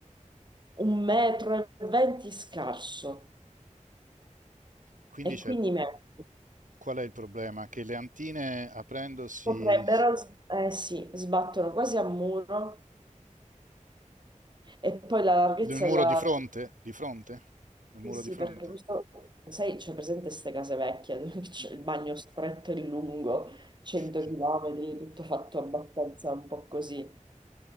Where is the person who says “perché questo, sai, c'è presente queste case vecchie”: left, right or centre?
Right